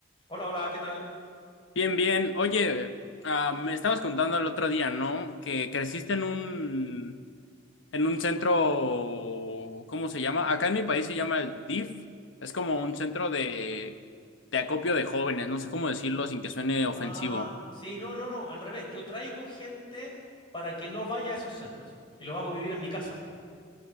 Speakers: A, on the left; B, on the left.
A: Hola, hola, ¿qué tal?
B: Bien, bien. Oye, ah, me estabas contando el otro día, ¿no? Que creciste en un, en un centro, ¿cómo se llama? Acá en mi país se llama el DIF. Es como un centro de, de acopio de jóvenes, no sé cómo decirlo sin que suene ofensivo.
A: Ah, sí, no, no, no, al revés. Yo traigo gente para que no vaya a esos centros y los hago vivir en mi casa.